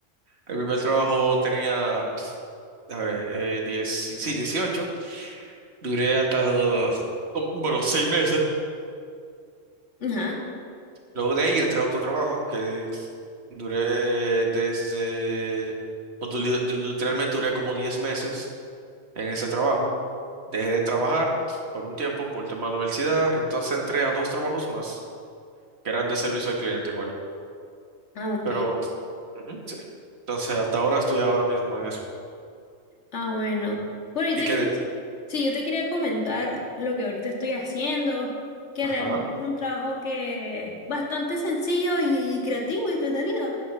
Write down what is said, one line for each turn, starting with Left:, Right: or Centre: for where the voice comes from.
Right: El primer trabajo tenía, a ver, eh, 10, sí, dieciocho Duré hasta los, bueno, seis meses.
Left: Ajá.
Right: Luego de ahí entré a otro trabajo que duré desde, o du- li- li- literalmente duré como 10 meses en ese trabajo. Dejé de trabajar por un tiempo por el tema de la universidad, entonces entré a dos trabajos más que eran de servicio al cliente igual.
Left: Ah, ok.
Right: Pero, ujú, sí. Entonces hasta ahora estoy ahora mismo en eso.
Left: Ah, bueno. Bueno, yo
Right: ¿Y
Left: te
Right: qué?
Left: quería,
Right: de-
Left: sí, yo te quería comentar lo que ahorita estoy haciendo, que
Right: Ajá.
Left: realmente es un trabajo que es bastante sencillo y creativo y entretenido,